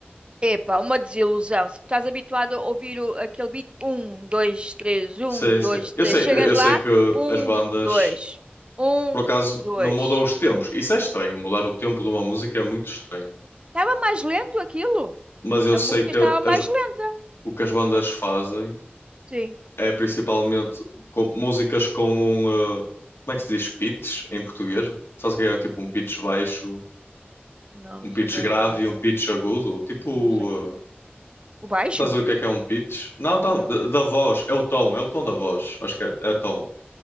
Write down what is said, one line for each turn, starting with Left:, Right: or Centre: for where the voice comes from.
Right: Epá, uma desilusão. Se tu estás habituado a ouvir o- aquele beat, um, dois, três, um,
Left: Sei,
Right: dois,
Left: sei. Eu
Right: três.
Left: sei,
Right: Chegas
Left: eu eu
Right: lá,
Left: sei que
Right: um,
Left: as bandas,
Right: dois, um,
Left: por acaso,
Right: dois.
Left: não mudam os tempos. Isso é estranho. Mudar o tempo de uma música é muito estranho.
Right: Estava mais lento aquilo.
Left: Mas eu
Right: A
Left: sei
Right: música
Left: que
Right: estava
Left: as-
Right: mais lenta.
Left: o que as bandas fazem
Right: Sim.
Left: é principalmente com- músicas com um. eh, como é que se diz? Pitch em português? Sabes o que é? Tipo um pitch baixo,
Right: Não,
Left: um
Right: não
Left: pitch
Right: sei o que estava
Left: grave
Right: a falar.
Left: e um pitch agudo. Tipo.
Right: Não sei.
Left: eh,
Right: O baixo?
Left: estás a ver o que é que é um pitch? Não, não,
Right: Não.
Left: da, da voz, é o tom, é o tom da voz, acho que é, é tom.